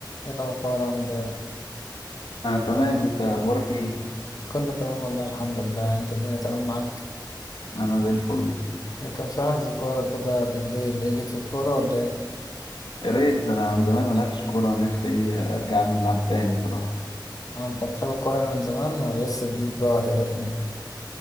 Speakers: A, on the left; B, on the left.
A: ايه الأخبار عامل ايه؟
B: انا تمام انت اخبارك ايه
A: كله تمام والله الحمد لله انت الدنيا تمام معاك؟
B: انا زي الفل
A: ايه كان في حجز كورة كده بالليل ايه ليك في الكورة ولا ايه؟
B: يا ريت ده انا من زمان ما لعبتش كوره نفسي ارجع نلعب تاني صراحه
A: اه انت بتحب الكورة من زمان ولا لسه جديد بقى وهتقرفنا؟